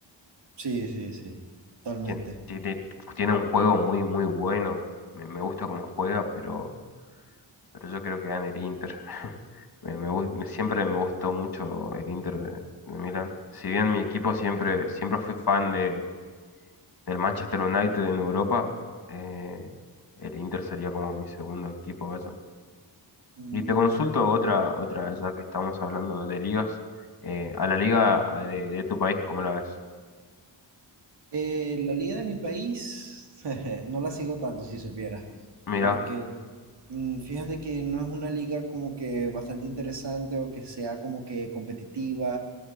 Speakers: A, on the right (about 65°); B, on the left (about 50°).
A: Sí, sí, sí, totalmente.
B: Tien- Tiene, tiene un juego muy, muy bueno. Me, me gusta cómo juega, pero... pero yo creo que gana el Inter. <laughs> Me, me gus- me- siempre me gustó mucho el Inter de, de Milán. Si bien mi equipo siempre, siempre fui fan de, del Manchester United en Europa, eh, el Inter sería como mi segundo equipo, vaya.
A: Mm,
B: Y te consulto otra, otra, ya que estamos hablando de ligas, eh, a la liga eh, de, de tu país, ¿cómo la ves?
A: eh, la liga de mi país <laughs> no la sigo tanto, si supieras
B: Mira,
A: porque Mm, Fíjate que no es una liga como que bastante interesante o que sea como que competitiva